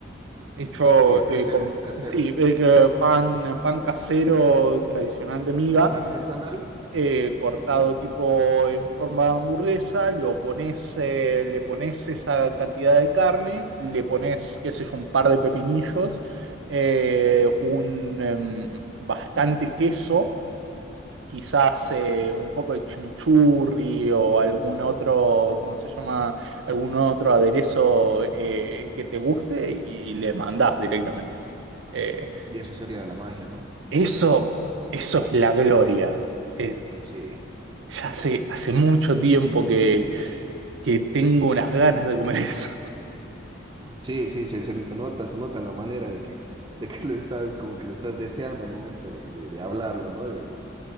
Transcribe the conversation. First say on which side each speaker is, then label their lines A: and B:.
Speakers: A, on the right; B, on the right.
A: hecho
B: Ah, Ya,
A: eh,
B: casero,
A: con
B: casero.
A: sí, eh, pan, pan casero tradicional de miga,
B: Pan artesanal.
A: eh, cortado tipo en forma de hamburguesa, lo pones, eh, le pones esa cantidad de carne, le pones, qué sé yo, un par de pepinillos, eh, un em, bastante queso quizás eh, un poco de chimichurri o algún
B: Uf,
A: otro, ¿cómo se llama? Algún otro aderezo eh, que te guste y, y le mandás directamente. Eh,
B: y eso sería la magia, ¿no?
A: eso, eso es la gloria. Eh,
B: Sí.
A: ya hace, hace mucho tiempo que, que tengo unas ganas de comer <laughs> eso.
B: Sí, sí, sí, se, se nota, se nota en la manera de que, de que le estás, como que lo estás deseando al momento de, de, de hablarlo, ¿no? De,